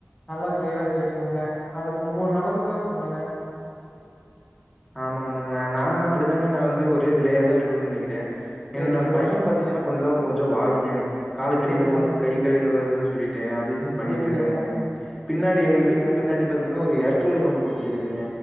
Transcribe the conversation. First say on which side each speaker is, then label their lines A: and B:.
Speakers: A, on the left; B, in the centre.
A: நல்லா கிளியரா கேக்குங்க அதுக்கு உங்க நல்லதுக்காக சொன்னேங்க
B: ஆமா ஆமாங்க நான் அப்டிதாங்க நா வந்து ஒரே நிலையா தான் இருக்கணு நினைக்கிறே
A: சேரி
B: என்ன
A: சேரிங்க
B: பையன் பாத்தீங்கன்னா கொள் கொஞ்சோ வாளுங்க காலுக் கடில
A: சேரிங்க
B: போறது கை கடில ப் தன் சுலி தெதா துவு பண்ணிட்டு
A: சேரி சேரிங்க
B: இருக்கீங்க பின்னாடி
A: சேரி
B: எங்க வீட்டுக்கு
A: சேரிங்க
B: பின்னாடி பாத்தீங்கன்னா ஒரு ஏரோ தூயர் ஒன்னு குடுத்துருக்குங்க